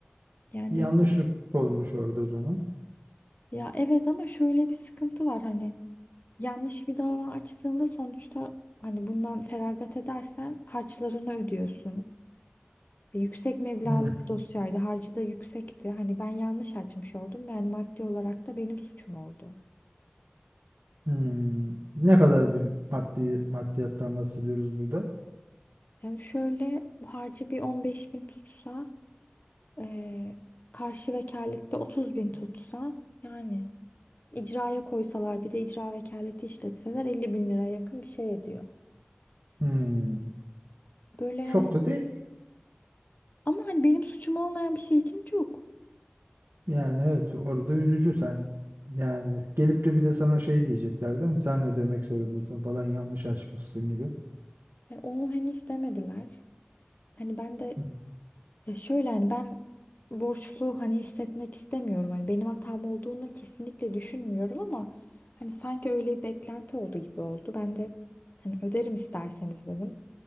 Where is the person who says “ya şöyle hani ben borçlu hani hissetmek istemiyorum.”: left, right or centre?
Left